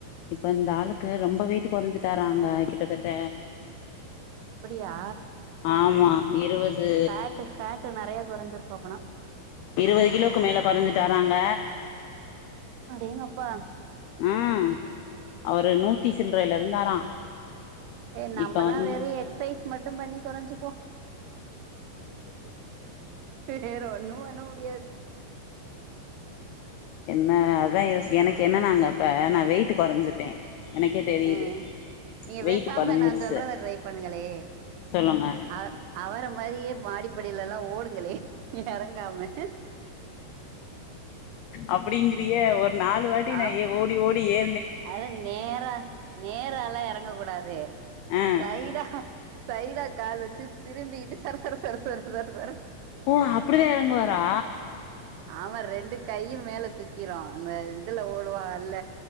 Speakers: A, on the left; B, on the right.
A: இப்ப இந்த ஆளுக்கு ரொம்ப வெயிட்டு கொறைஞ்சுட்டாறாங்க கிட்டத்தட்ட
B: அப்படியா
A: ஆமா இருவது
B: ஃபேட்டு ஃபேட்டு நெறைய கொறஞ்சிருக்கு அப்புனா
A: இருவது கிலோக்கு மேல கொறஞ்சிட்டாறாங்க
B: அடேங்கப்பா
A: ம் அவரு நூத்தி சில்றையில இருந்தாரா
B: ஏ நம்மல்லா
A: இப்ப வந்து
B: வெறு எக்ஸைஸ் மட்டு பண்ணி கொறஞ்சிப்போ வேற ஒன்னு பண்ண முடியாது
A: நா அதா யோசிக் எனக்கு என்னன்னா நாங்க இப்ப நா வெயிட்டு கொறஞ்சிட்டே எனக்கே தெரியுது
B: அ நீங்க
A: வெயிட்
B: பேசாம
A: கொறஞ்சிருச்சு
B: நா சொல்றத ட்ரை பண்ணுங்களே
A: சொல்லுங்க
B: ஆ அவர மாரியே மாடிப்படிலலா ஓடுங்களே எறங்காம
A: அப்டிங்கு ரிய ஒரு நாலு வாட்டி
B: ஆம்
A: ந ஏ ஓடி ஓடி ஏ
B: அது நேரா நேரலா எறங்க கூடாது
A: ஆ
B: சைடா சைடா கால் வச்சு திரும்பிகிட்டு சரசர சர சர ச
A: போ அப்டிதா எறங்குவாரா
B: ஆமா ரெண்டு கையு மேல தூக்கிரோ அத இதுல ஓடுவா இல்ல